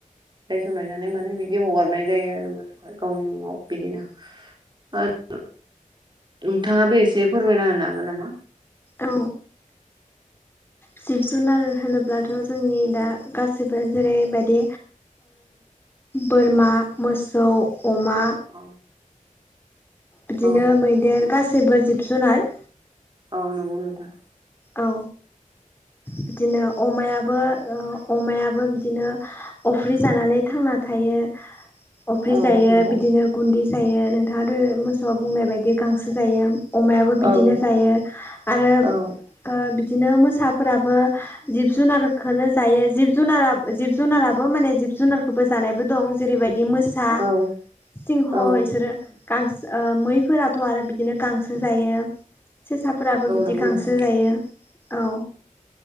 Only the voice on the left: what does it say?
औ जिब जुनार होनोब्लाथ' जोंनि दा गाससिबो जेरैबायदि बोरमा मोसौ अमा
बिदिनो
मैदेर गासैबो जिब जुनार
औ बिदिनो अमायाबो अमायाबो बिदिनो अफ्रि जानानै थांना थायो अफ्रि
जायो
बिदिनो गुन्दै जायो नोंथाङाथ' मोसौआव बुंनाय बायदि गांसो जायो अमायाबो बिदिनो
जायो आरो
बिदिनो मोसाफोराबो जिब जुनारखौ जायो जिब जुनारा जिब जुनाराबो माने जिब जुनारखौबो जानायबो दं जेरैबायदि मोसा
सिंह
बिसोरो गांसो मैफोराथ' आरो बिदिनो गांसो जायो सेसाफोराबो
बिदि
गांसो
जायो औ